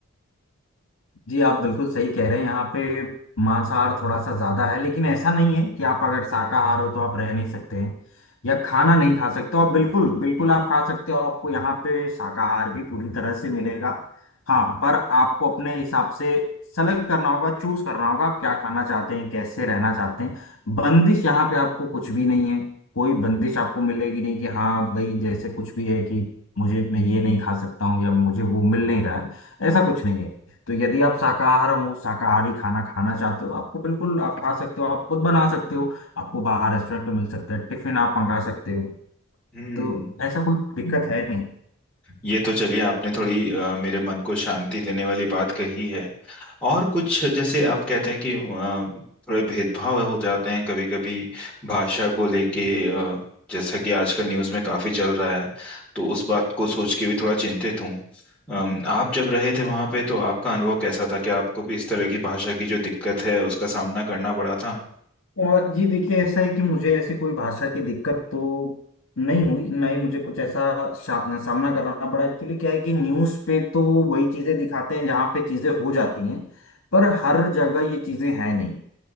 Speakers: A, on the left (about 65°); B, in the centre.
A: जी आप बिल्कुल सही कह रहे हैं यहाँ पे मांसाहार थोड़ा सा ज्यादा है लेकिन ऐसा नहीं है कि आप अगर शाकाहार हो तो आप रह नहीं सकते हैं या खाना नहीं खा सकते हो आप बिल्कुल बिल्कुल आप खा सकते हो आपको यहाँ पे शाकाहार भी पूरी तरह से मिलेगा हाँ पर आपको अपने हिसाब से सेलेक्ट करना होगा चूज करना होगा आप क्या खाना चाहते हैं कैसे रहना चाहते हैं बंदिश यहाँ पे आपको कुछ भी नहीं है कोई बंदिश आपको मिलेगी नहीं कि हाँ भाई जैसे कुछ भी है कि मुझे मैं ये नहीं खा सकता हूँ या मुझे वो मिल नहीं रहा है ऐसा कुछ नहीं है तो यदि आप शाकाहार हो शाकाहारी खाना खाना चाहते हो आपको बिल्कुल आप खा सकते हो आप खुद बना सकते हो आपको बाहर रेस्टोरेंट में मिल सकता है टिफिन आप मंगा सकते हो
B: हम्म
A: तो ऐसा कोई दिक्कत है नहीं
B: ये तो चलिए आपने थोड़ी अ, मेरे मन को शांति देने वाली बात कही है और कुछ जैसे आप कहते हैं कि अ, थोड़े भेदभाव हो जाते हैं कभी कभी भाषा को लेके अ, जैसा कि आजकल न्यूज़ में काफी चल रहा है तो उस बात को सोच के भी थोड़ा चिंतित हूँ अम, आप जब रहे थे वहां पे तो आपका अनुभव कैसा था कि आपको भी इस तरह की भाषा की जो दिक्कत है उसका सामना करना पड़ा था
A: और जी देखिए ऐसा है कि मुझे ऐसी कोई भाषा की दिक्कत तो नहीं हुई ना ही मुझे कुछ ऐसा शा- सामना करना पड़ा एक्चुअली क्या है कि न्यूज़ पे तो वही चीज़ें दिखाते हैं जहाँ पे चीज़ें हो जाती हैं पर हर जगह ये चीज़ें हैं नहीं